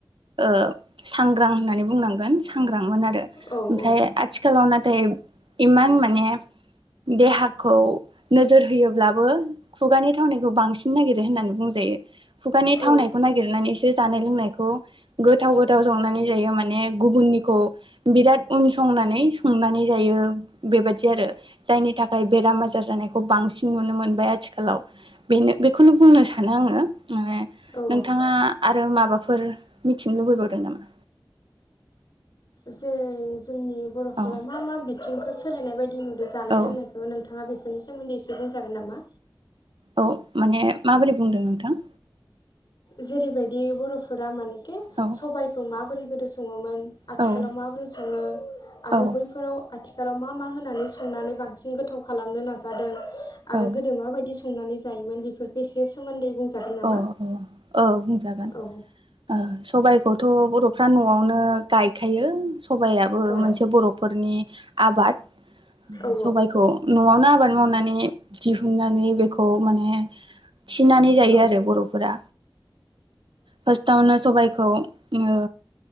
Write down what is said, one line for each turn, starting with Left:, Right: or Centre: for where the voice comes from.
Right: ओ सांग्रां होननानै बुंनांगोन सांग्रां। मोन आरो
Left: औ
Right: ओमफ्राय
Left: औ
Right: आथिखालाव नाथाय इमान माने देहाखौ नोजोर होयोब्लाबो खुगानि थावनायखौ बांसिन नागिरो होननानै बुंजायो खुगानि
Left: बुंजायो
Right: थावनायखौ नागिरनानैसो जानाय लोंनायखौ गोथाव गोथाव संनानै जायो माने ने गुबुननिखौ बिराद उनसंनानै संनानै जायो बेबादि आरो। जायनि थाखाय बेराम आजार जानायखौ बांसिन नुनो मोनबाय आथिखालाव। बेनो बेखौनो बुंनो सानो आङो माने
Left: सानो आङो
Right: नोंथाङा
Left: औ
Right: आरो माबाफोर मिथिनो लुबैबावदों नामा
Left: जेरै जोंनि बर'फोरा
Right: औ
Left: मा मा बिथिंखौ सोलायनाय बाय दि नुदो जानाय
Right: औ
Left: लोंनायखौ नोंथाङा बेफोरनि सोमोन्दै एसे बुंजागोन नामा?
Right: औ माने माबोरै बुंदों नोंथां?
Left: जेरैबायदि बर'फोरा मानेके
Right: औ
Left: सबाइखौ माबोरै गोदो सङोमोन आथिखालाव
Right: औ
Left: माबोरै सङो आरो
Right: औ
Left: बैफोराव आथि खालाव मा मा होनानै संनानै बांसिन गोथाव खालामनो नाजादों आरो
Right: औ
Left: गोदो माबादि सं नानै जायोमोन बेफोरखो एसे सोमोन्दै बुंजागोन नामा।
Right: अ औ बुंजागोन
Left: औ
Right: ओ सबायखौथ' बर'फ्रा न'आवनो गायखायो सबायाबो
Left: औ
Right: मोनसे बर'फोरनि आबाद
Left: औ
Right: सबायखौ न'आवनो आबाद मावनानै दिहुननानै बेखौ माने थिनानै जायो
Left: औ
Right: आरो। बर'फोरा फास्टावनो सबायखौ ओ